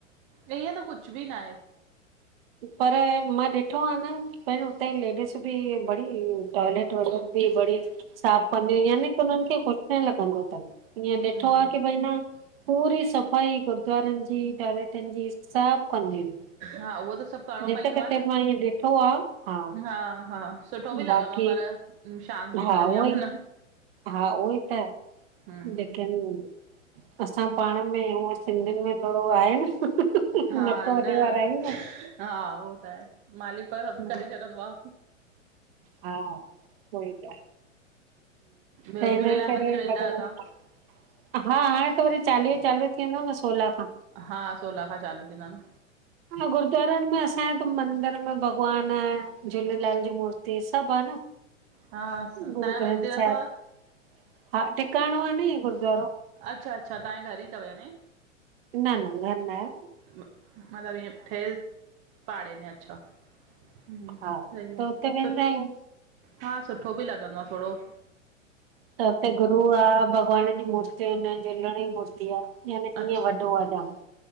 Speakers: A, on the right; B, on the right.
A: इएं त कुझ बि न आहे।
B: पर मां ॾिठो आहे न पर हुते लेडीस बि वरी टॉयलेट वॉइलेट बि ब़ढिया। साफ़ कंदियूं की। हुननि खे कुझु न लॻंदो अथन ईअं ॾिठो
A: हम्म
B: आहे की भई न। पूरी सफ़ाई गुरुद्वारनि जी, टॉयलेटनि जी सब कंदियूं आहिनि।
A: हा उहो त सभु करिणो
B: जिते
A: पईदो
B: किथे
A: आह न।
B: मां ईअं ॾिठो आ हा
A: हा-हा! सुठो बि लॻंदो
B: बाक़ी
A: आह पर, शांती
B: हा
A: मिलंदी
B: उहो
A: आह मन
B: ई
A: में।
B: हा उहो ई त।
A: हम्म
B: े <unintelligible> अंसां पाण में हूअं सिंधियुनि में थोडो आहे न। नक
A: हा
B: वॾे
A: न
B: वारा अयूं न।
A: हा उहो त आहे, मालिक सभु
B: न
A: करे छॾंदो आह।
B: हा! उएई त।
A: ॿियो
B: त हिनिय
A: झूलेलाल
B: करे
A: मंदिर वेंदा
B: लगंद
A: आहियो तव्हां
B: आयो हा हाणे त वरी चालीह चालू थींदो न सोलाह खां।
A: हा, सोला खां चालू थींदा न।
B: हा गुरुद्वारनि में असांजे त मंदिर में भॻवान आएं, ऐं झूलेलाल जी मूर्ती सभु आहे न।
A: हा स, तव्हांजा
B: गुरू ग्रंथ
A: मंदिर
B: साहिब
A: अथव?
B: हा टिकाणो आहे न, इय गुरुद्वारो।
A: अच्छा-अच्छा, तव्हांजे घर ई तव यानी?
B: न-न घर न आऐ।
A: मतिलबु ईअं ठहियल, पाड़े में आए छा? हुं,
B: हा
A: सही
B: त हुते
A: आह!
B: वेंदा
A: सु,
B: आहियूं
A: हा सुठो बि लॻंदो आह थोड़ो।
B: त हुते गुरु आह, भॻवान जी मूर्ती हन झूलण जी मूर्ती आह। यानी
A: अच्छा
B: इय वॾो आह जाम।